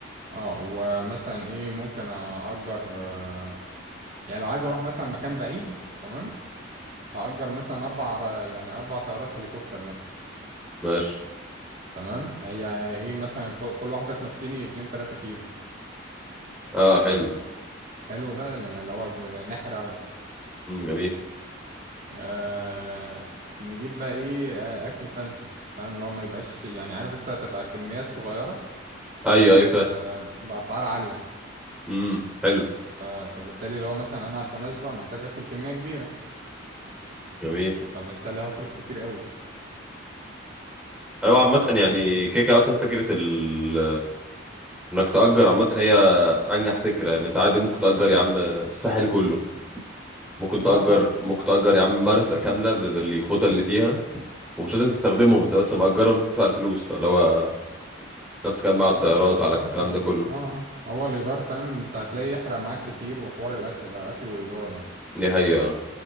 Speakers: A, on the right; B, in the centre.
A: اه ومثلا ايه ممكن اأجر آه، يعني لو عايز اروح مثلا مكان بعيد تمام هأجر مثلا اربع ر- يعني اربع طيارات هليكوبتر مثلا
B: ماشي
A: تمام هي ايه مثلا كل كل واحدة تمشيني اتنين تلاتة كيلو
B: اه حلو
A: حلو ده يعني اللي هو ب- نحرق
B: امم جميل
A: آه نجيب بقى ايه آه اكل فانسي فاهم اللي هو ما يبقاش يعني عارف انت تبقى كميات صغيره
B: ايوه ايوه فاهم
A: ب- باسعار عاليه
B: امم حلو
A: ف- فبالتالي اللي هو مثلا انا عشان اشبع محتاج اكل كميه كبيره
B: جميل
A: فبالتالي هصرف كتير قوي
B: ايوه عامه
A: اه
B: يعني كيكه اصلا فكره ال انك تأجر عامه هي انجح فكره ان انت عادي ممكن تأجر يا عم الساحل كله ممكن تأجر
A: اه آه،
B: ممكن تأجر يا عم مرسى كامله بال- بالخطى اللي فيها ومش لازم تستخدمهم انت بس مأجرهم انت بتدفع الفلوس فاللي هو نفس كان بقى على الطيارات
A: ما مثلا
B: على الكلام ده كله
A: اه آه. هو الايجار فاهم انت هتلاقيه يحرق معاك كتير وحوار الاكل ده اكل وايجار
B: دي حقيقه